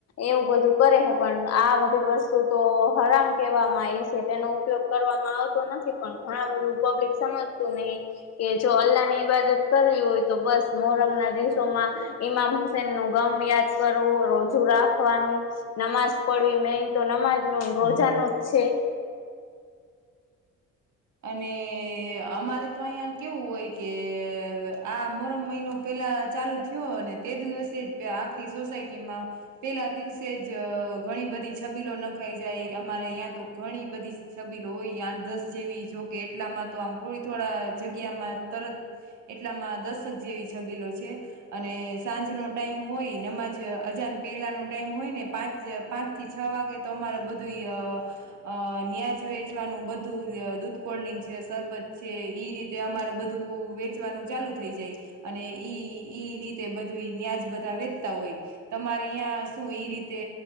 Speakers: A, on the left; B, on the right.
A: એવું બધું કરે હે પણ આ બધી વસ્તુ તો હરામ કહેવામાં આઇ તેનો ઉપયોગ કરવામાં આવતો નથી પણ ઘણા બધું પબ્લિક સમજતું નહીં કે જો અલ્લાહની ઈબાદત કરવી હોય તો બસ મોહરમના દિવસોમાં ઈમામ હુસેનનું ગમ યાદ કરવું રોજુ રાખવાનું નમાજ પડવી મેન તો નમાજનું ને રોજાનું જ છે.
B: અને અમારે તો અહંયા કેવું હોય કે આ મોરમ મહિનો પેલા ચાલુ થયો ને તે દિવસે આખી સોસાયટીમાં પેલા દિવસે જ ઘણી બધી છબીલો નખાઈ જાય અમારે અયા તો ઘણી બધી છબીલો હોઈ આઠ દસ જેવી જોકે એટલામાં તો આમ થોડી થોડા જગ્યામાં તરત એટલામાં દશક જેવી છબીલો છે અને સાંજનો ટાઈમ હોય નમાજ અજાન પહેલાનો ટાઈમ હોય ને પાંચ પાંચ થી છ વાગે તો અમારે બધું અ અ ન્યાજ વેચવાનું બધું દૂધ કોલ્ડ્રિંક છે, સરરબત છે ઈ રીતે અમારે બધું વેચવાનું ચાલુ થઈ જાય અને ઈ ઈ રીતે બધું ન્યાજ બધા વેચતા હોય તમારે અહીં શું એ રીતે